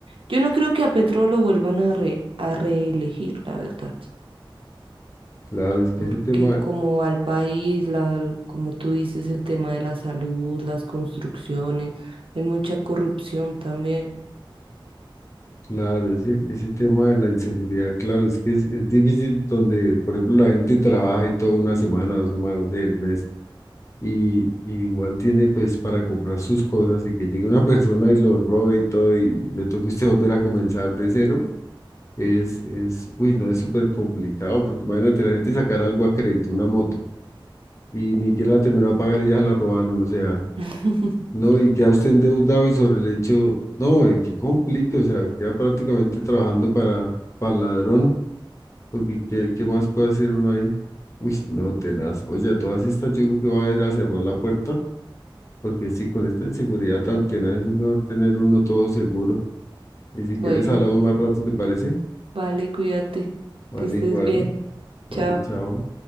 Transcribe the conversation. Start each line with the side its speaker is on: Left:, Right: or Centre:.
Right: yo no creo que a Petro lo vuelvan a, re, a reelegir, la verdad.
Left: claro, es que
Right: Porque
Left: ese tema,
Right: como al país, la, como tú dices, el tema de la salud, las construcciones, hay mucha corrupción también.
Left: claro, ese, ese tema de la inseguridad, claro, es que es, es difícil donde, por ejemplo, la gente trabaja y toda una semana, dos semanas del mes, y, y igual tiene pues para comprar sus cosas y que llegue una <laughs> persona y lo robe y todo y le toque a usted volver a comenzar de cero, es, es, uy, no, es súper complicado, porque imagínate la gente sacar algo a crédito, una moto, y ni siquiera la terminó a pagar y ya se la robaron, o sea.
Right: <laughs>
Left: No, y queda usted endeudado y sobre el hecho, no, eh, qué complique, o sea, queda prácticamente trabajando para, para ladrón, porque ¿qué, qué más puede hacer uno ahí? Uy, no, tenaz. Oye, a todas estas yo creo que va a ir a cerrar la puerta, porque si con esta inseguridad tan tenaz es mejor tener uno todo seguro. Y si
Right: Bueno,
Left: quieres hablamos más rato, ¿te parece?
Right: vale, cuídate,
Left: Vale,
Right: que estés
Left: igual,
Right: bien.
Left: vale,
Right: Chao.
Left: chao.